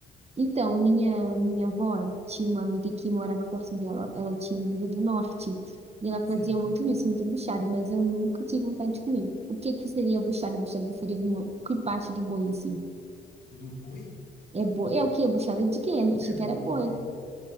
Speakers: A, on the right; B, on the left.
A: Então, minha, minha avó tinha uma amiga que morava perto dela, ela tinha vindo do norte, e ela fazia
B: Sim.
A: muito isso, muita buchada, mas eu nunca tive vontade de comer. O que que seria buchada? Buchada seria uma que parte de boi, assim.
B: Do boi?
A: É boi? É o quê? Buchada de quê? Achei
B: É bode.
A: que era boi.